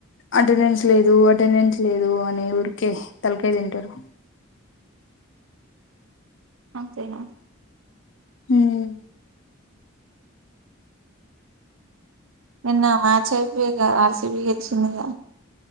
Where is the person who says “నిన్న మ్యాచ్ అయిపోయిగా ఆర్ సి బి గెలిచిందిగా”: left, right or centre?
Right